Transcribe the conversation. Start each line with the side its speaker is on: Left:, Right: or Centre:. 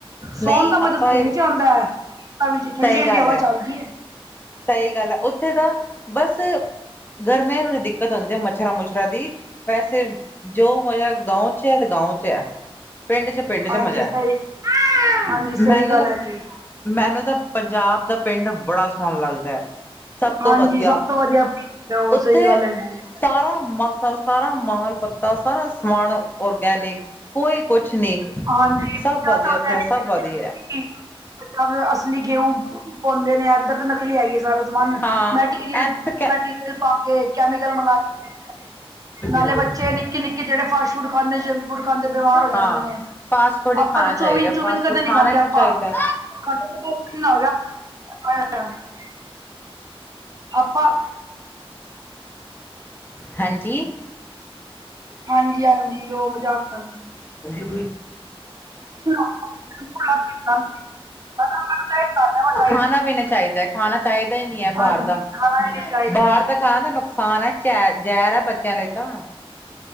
Left: ਨਹੀਂ
Right: ਸੋਣ ਦਾ
Left: ਆਪਾਂ
Right: ਮਜ਼ਾ ਤਾ ਪਿੰਡ 'ਚ ਆਉਂਦਾ ਹੈ, ਖੇਤਾ ਵਿਚ ਠੰਡੀ
Left: ਸਹੀ
Right: ਠੰਡੀ
Left: ਗੱਲ
Right: ਹਵਾ
Left: ਹੈ
Right: ਚੱਲਦੀ ਏ।
Left: ਸਹੀ ਗੱਲ ਆ, ਉੱਥੇ ਤਾਂ ਬਸ ਗਰਮੀਆਂ 'ਚ ਥੋੜ੍ਹੀ ਦਿੱਕਤ ਆਉਦੀ ਮੱਛਰਾਂ- ਮੁਛਰਾਂ ਦੀ, ਵੈਸੇ ਜੋ ਮਜ਼ਾ ਗਾਓਂ 'ਚ ਹੈ ਗਾਓ 'ਚ ਹੈ, ਪਿੰਡ 'ਚ, ਪਿੰਡ 'ਚ
Right: ਹਾਂਜੀ
Left: ਮਜ਼ਾ
Right: ਸਹੀ
Left: ਹੈ।
Right: ਹਾਂਜੀ ਸਹੀ
Left: ਮੈਨੂੰ
Right: ਗੱਲ
Left: ਤਾਂ,
Right: ਹੈ ਜੀ
Left: ਮੈਨੂੰ ਤਾਂ, ਪੰਜਾਬ ਦਾ ਪਿੰਡ ਬੜਾ ਸੋਹਣਾ ਲੱਗਦਾ। ਸਭ ਤੋਂ
Right: ਹਾਂਜੀ
Left: ਵਧੀਆ,
Right: ਸਭ ਤੋਂ ਵਧੀਆ ਉਹ
Left: ਉੱਥੇ
Right: ਸਹੀ ਗੱਲ ਹੈਗੀ ਹੈ
Left: ਸਾਰਾ ਮਸਤ ਸ ਸਾਰਾ ਮਾਲ ਪੱਤਾ, ਸਾਰਾ ਸਮਾਨ ਔਰਗੈਨਿਕ, ਕੋਈ ਕੁਛ ਨੀ।
Right: <unintelligible>
Left: ਸਭ ਵਧੀਆ ਉੱਥੇ ਸਭ ਵਧੀਆ
Right: ਅਸਲੀ ਗੇਹੂ ਪਾਉਂਦੇ ਨੇ, ਇੱਧਰ ਤੇ ਨਕਲੀ ਹੈ ਸਾਰਾ ਸਮਾਨ
Left: ਹਾਂ
Right: ਮੈਟੀਰੀਅਲ-
Left: ਐਥੇ
Right: ਮੈਟੀਰੀਅਲ ਪਾ ਕੈਮੀਕਲ ਮਿਲਾ ਕੇ, ਨਾਲੇ
Left: ਤਾਂ
Right: ਬੱਚੇ ਨਿਕੇ ਨਿੱਕੇ ਨਿੱਕੇ ਜਿਹੜੇ ਫਾਸਟ ਫੂਡ ਖਾਂਦੇ, ਜੰਕ ਫੂਡ ਖਾਂਦੇ ਬਿਮਾਰ ਹੋ
Left: ਹਾਂ
Right: ਜਾਂਦੇ ਨੇ।
Left: ਫਾਸਟ ਫੂਡ ਨਹੀਂ
Right: ਆਪਾਂ
Left: ਖਾਣਾ
Right: ਤਾਂ,
Left: ਚਾਹੀਦਾ
Right: ਚੌਮੀਨ- ਚੌਮਿਨ
Left: ਫਾਸਟ
Right: ਕਦੇ
Left: ਫੂਡ
Right: ਨਹੀਂ
Left: ਖਾਣਾ
Right: ਖਾਂਦੇ
Left: ਹੀ
Right: ਆਪਾਂ।
Left: ਚਾਹੀਦਾ।
Right: <unintelligible> ਅਪਾਂ
Left: ਹਾਂਜੀ।
Right: ਹਾਂਜੀ, ਹਾਂਜੀ ਉਹ ਮਜ਼ਾਕ ਕਰ ਰਹੇ ਹੈਂ।
Left: <unintelligible> ਅਛਾ
Right: ਗਿਆ, ਪੂਰਾ ਤਿੰਨ ਦਿਨ। ਮੈਂ ਡਾਈਟ ਕਰ ਲਿਆ, ਮੈਂ ਡਾਈਟ
Left: ਖਾਣਾ ਵੀ ਨਹੀਂ ਚਾਹੀਦਾ, ਖਾਣਾ ਚਾਹੀਦਾ ਹੀ ਨਹੀਂ ਹੈ, ਬਾਹਰ
Right: ਹਾਂਜੀ
Left: ਦਾ।
Right: ਖਾਣਾ ਵੀ ਨੀ ਚਾਹੀਦਾ
Left: ਬਾਹਰ
Right: ਹੈ
Left: ਦਾ ਖਾਣਾ ਨੁਕਸਾਨ ਹੈੈ, ਜ਼ਹਿਰ- ਜ਼ਹਿਰ ਆ ਬੱਚਿਆਂ ਲਈ ਤਾਂ।